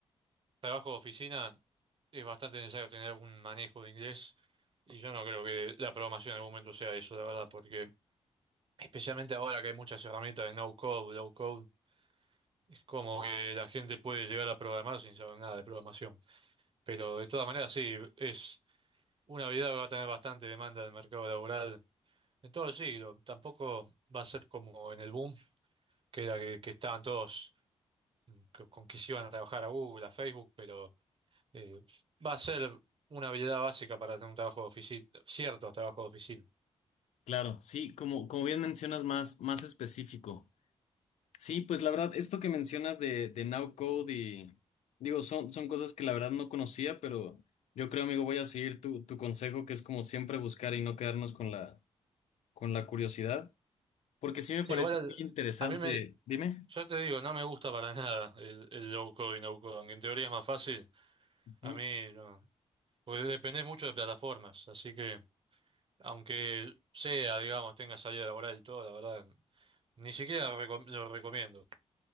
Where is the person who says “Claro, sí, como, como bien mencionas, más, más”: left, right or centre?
Left